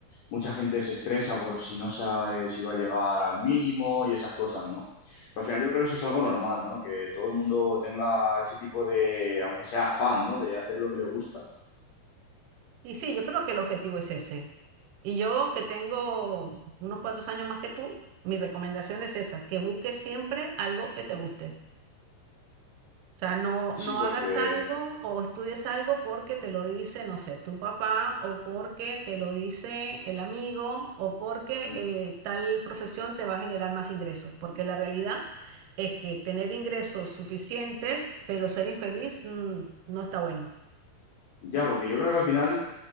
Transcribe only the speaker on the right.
Y sí, yo creo que el objetivo es ese. Y yo que tengo unos cuantos años más que tú, mi recomendación es esa, que busques siempre algo que te guste. O sea, no,
no
hagas algo o estudies algo porque te lo dice, no sé, tu papá o porque te lo dice el amigo o porque
eh, tal profesión te va a generar más ingresos. Porque la realidad es que tener ingresos suficientes pero ser infeliz mm, no está bueno.